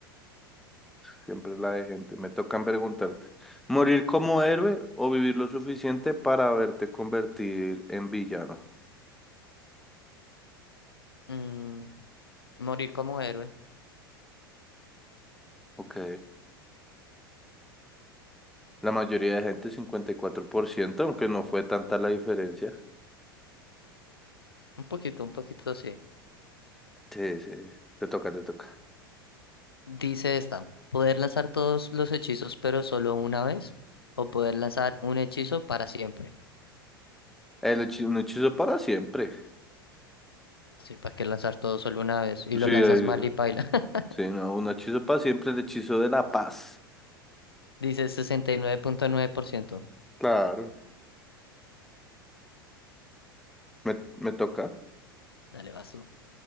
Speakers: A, in the centre; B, on the left (about 85°).
A: Siempre la de gente. Me tocan preguntarte, ¿morir como héroe o vivir lo suficiente para verte convertir en villano?
B: Mm, morir como héroe.
A: Ok. La mayoría de gente, cincuenta y cuatro por ciento aunque no fue tanta la diferencia.
B: Un poquito, un poquito sí.
A: Sí, sí. Te toca, te toca.
B: Dice esta, poder lanzar todos los hechizos pero solo una vez o poder lanzar un hechizo para siempre.
A: El hechi- un hechizo para siempre.
B: Sí, ¿para qué lanzar todo solo una vez? Y
A: Sí,
B: lo lanzas
A: eh,
B: mal y paila. <laughs>
A: sí, no, un hechizo para siempre, el hechizo de la paz.
B: Dice 69.9%.
A: Claro. Me, me toca.
B: Dale, vas tú.